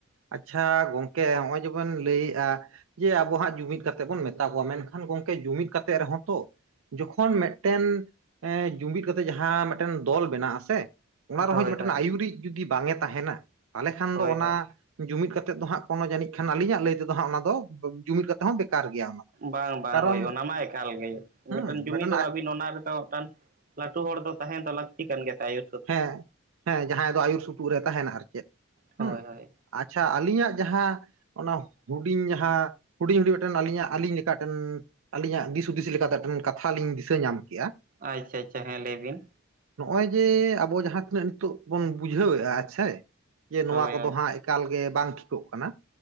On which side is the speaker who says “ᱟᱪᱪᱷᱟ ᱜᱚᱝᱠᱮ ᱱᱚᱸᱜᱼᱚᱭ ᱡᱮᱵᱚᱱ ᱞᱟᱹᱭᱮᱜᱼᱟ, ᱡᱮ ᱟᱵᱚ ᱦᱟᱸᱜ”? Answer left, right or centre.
Right